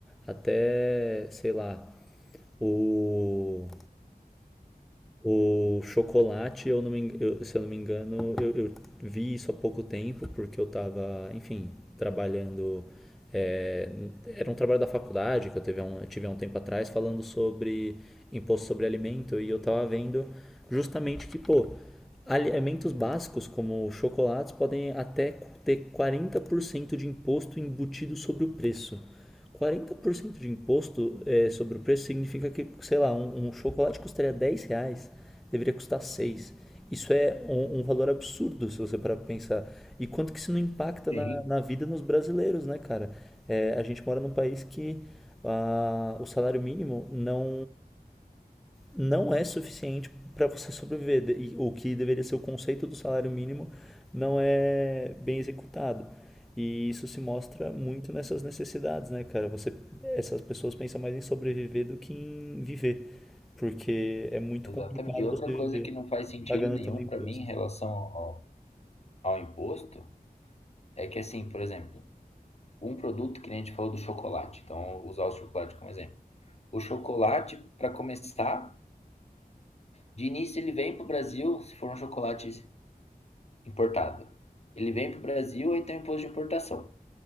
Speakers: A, in the centre; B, on the left.
A: até, sei lá, o o chocolate, eu não me, eu- se eu não me engano, eu, eu vi isso há pouco tempo, porque eu estava, enfim, trabalhando. é, era um trabalho da faculdade que eu teve há um, eu tive há um tempo atrás, falando sobre imposto sobre alimento, e eu estava vendo justamente que, pô, alimentos básicos como chocolates podem até ter 40% de imposto embutido sobre o preço quarenta por cento de imposto é, sobre o preço significa que, sei lá, um, um chocolate custaria 10 reais, deveria custar seis Isso é um, um valor absurdo se você parar para pensar. E quanto que isso não impacta
B: Sim.
A: na, na vida nos brasileiros, né, cara? É, a gente mora num país que ah, o salário mínimo não, não é suficiente para você sobreviver. E O que deveria ser o conceito do salário mínimo não é bem executado. E isso se mostra muito nessas necessidades, né, cara? Você, essas pessoas pensam mais em sobreviver do que em viver, porque é muito
B: Exatamente.
A: complicado
B: E outra
A: você viver
B: coisa que não faz sentido
A: pagando
B: nenhum
A: também imposto.
B: para mim em relação ao, ao imposto é que, assim, por exemplo, um produto que nem a gente falou do chocolate, então vou usar o chocolate como exemplo. O chocolate, para começar, de início ele vem para o Brasil, se for um chocolate importado. Ele vem para o Brasil e tem um imposto de importação.